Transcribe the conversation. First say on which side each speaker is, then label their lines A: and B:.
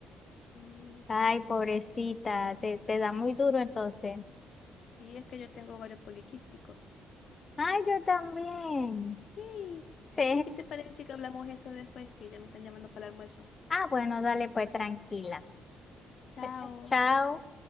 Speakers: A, on the left (about 60°); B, on the left (about 30°).
A: sí,
B: Ay, pobrecita, te, te da muy duro entonces.
A: sí, es que yo tengo varios poliquísticos.
B: Ay, yo también. <laughs>
A: Sí.
B: Sí.
A: ¿Y qué te parece que hablamos eso después? Que ya me están llamando para el almuerzo.
B: Ah, bueno, dale pues tranquila.
A: Chao.
B: Chao. chao.